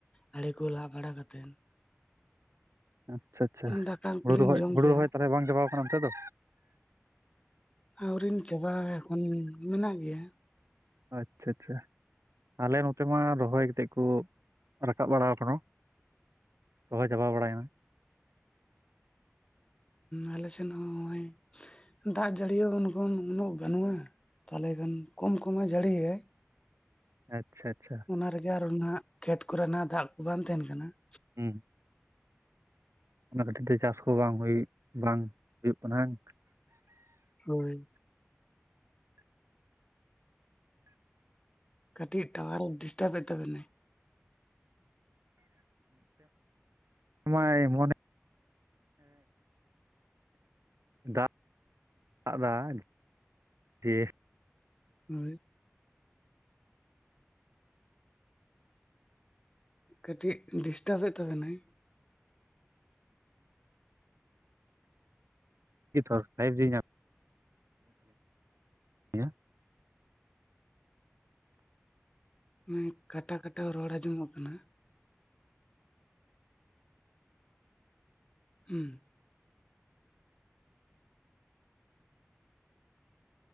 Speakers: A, on the left (about 20°); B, on the right (about 85°).
A: ᱟᱲᱮ ᱠᱚ ᱞᱟ ᱵᱟᱲᱟ ᱠᱟᱛᱮᱫᱼᱼ
B: ᱟᱪᱪᱷᱟ ᱟᱪᱪᱷᱟ
A: ᱫᱟᱠᱟ ᱠᱚᱞᱤᱧ
B: ᱦᱩᱲᱩ ᱨᱚᱦᱚᱭ
A: ᱡᱚᱢ
B: ᱦᱩᱲᱩ
A: ᱠᱮᱜᱼᱟ
B: ᱨᱚᱦᱚᱭ ᱛᱚᱦᱚᱞᱮ ᱵᱟᱝ ᱪᱟᱵᱟᱣᱟ ᱠᱟᱱᱟ ᱚᱱᱛᱮ ᱫᱚ?
A: ᱟᱹᱣᱨᱤᱧ ᱪᱟᱵᱟᱭᱟ ᱮᱠᱷᱚᱱ ᱢᱮᱱᱟᱜ ᱜᱮᱭᱟ ᱾
B: ᱟᱪᱪᱷᱟ ᱟᱪᱪᱷᱟ ᱾ ᱟᱞᱮ ᱱᱚᱛᱮ ᱢᱟ ᱨᱚᱦᱚᱭ ᱠᱟᱛᱮᱜ ᱠᱚ ᱨᱟᱠᱟᱵ ᱵᱟᱲᱟᱣ ᱟᱠᱟᱱᱟ ᱾ ᱦᱚᱭ ᱪᱟᱵᱟ ᱵᱟᱲᱟᱭᱟ ᱾
A: ᱟᱞᱮᱥᱮᱫ ᱦᱚᱸ ᱱᱚᱜᱼᱚᱭ ᱫᱟᱜ ᱡᱟᱹᱲᱤ ᱩᱱ ᱠᱷᱚᱱ ᱩᱱᱟᱹᱜ ᱵᱟᱹᱱᱩᱜᱼᱟ ᱾ ᱛᱟᱦᱚᱞᱮ ᱠᱷᱟᱱ ᱠᱚᱢ ᱠᱚᱢᱮ ᱡᱟᱹᱲᱤᱭᱮᱼᱼ
B: ᱟᱪᱪᱷᱟ ᱟᱪᱪᱷᱟ ᱾
A: ᱚᱱᱟ ᱨᱮᱜᱮ ᱟᱨ ᱱᱟᱸᱜ ᱚᱱᱟ ᱠᱷᱮᱛ ᱠᱚᱨᱮᱱᱟᱜ ᱫᱟᱜ ᱠᱚ ᱵᱟᱝ ᱛᱟᱸᱦᱮᱱ ᱠᱟᱱᱟ ᱾
B: ᱦᱩᱸ ᱚᱱᱟ ᱠᱷᱟᱹᱛᱤᱨ ᱛᱮ ᱪᱟᱥ ᱠᱚ ᱵᱟᱝ ᱦᱩᱭᱩᱜ, ᱵᱟᱝ ᱦᱩᱭᱩᱜ ᱠᱟᱱᱟ ᱾
A: ᱦᱳᱭ ᱾ ᱠᱟᱹᱴᱤᱡ ᱴᱟᱣᱟᱨ ᱰᱤᱥᱴᱟᱵ ᱮᱫ ᱛᱟᱵᱮᱱᱟᱭ
B: <inaudible> ᱢᱚᱱᱮ ᱫᱟᱜ <inaudible>
A: ᱦᱳᱭ ᱠᱟᱴᱤᱡ ᱰᱤᱥᱴᱟᱵᱮᱫ ᱛᱟᱵᱮᱱᱟᱭ
B: ᱛᱷᱚᱲ ᱯᱷᱟᱭᱤᱵ ᱡᱤ ᱧᱟᱢ ᱛᱟᱹᱞᱤᱧᱟ
A: ᱢᱟᱱᱮ ᱠᱟᱴᱟ ᱠᱟᱴᱟ ᱨᱚᱲ ᱟᱸᱡᱚᱢᱚᱜ ᱠᱟᱱᱟ ᱦᱩᱸ